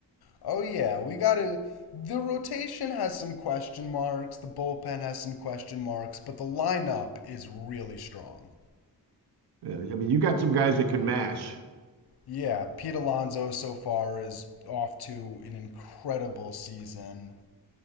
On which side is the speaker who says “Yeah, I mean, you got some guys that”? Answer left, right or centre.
Right